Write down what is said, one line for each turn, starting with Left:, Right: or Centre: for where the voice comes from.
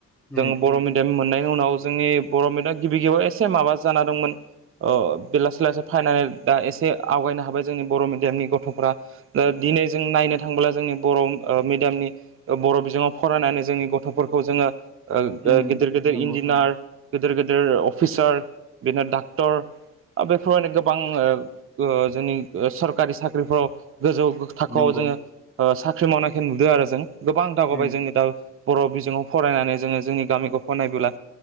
Centre: उम
Right: जों बर' मिडियाम मोननाय उनाव जोंनि बर' मेडियाम गिबि गिबियाव एसे माबा जाना दंमोन। अ' बे लासै लासै फैयनानै दा एसे आवगायनो हाबाय जोंनि बर' मिडियामनि गथ'फोरा ओ दिनै जों नायनो थाङोब्ला जोंनि बर' मिडियामनि ओ गथ'फोरा बर' बिजोङाव फरायनानै जोंनि गथ'फोरखौ जोङो
Centre: उम
Right: गिदिर गिदिर
Centre: नंगौ
Right: इन्जिनियार गेदेर गेदिर अफिसार बिदिनो डाक्टर बेफोरबायदिनो ओ गोबां जोंनि सरखारि साख्रिफ्राव गोजौ थाखोआव
Centre: नंगौ
Right: जोङो साख्रि मावनायखौ नुदों आरो जों। गोबां दागावबाय
Centre: उम
Right: जोंनि दा बर' बिजोङाव फरायनानै जोङो जोंनि गामिफोरखौ नायबोब्ला